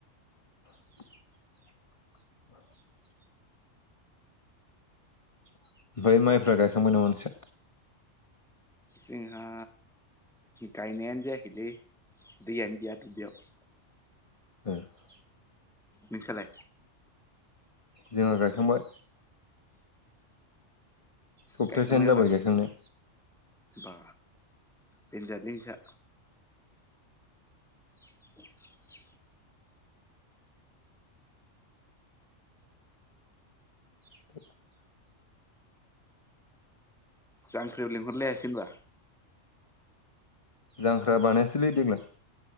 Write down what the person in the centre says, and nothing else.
जोंंहा गायनायानो जायाखैलै दैयानो गैया दुबलियाव
नोंस्रालाय
गायखांबाय
होनबा
बा देन्जादलै नोंसा। <inaudible>
जांख्रियाव लिंहरलायासै होनबा।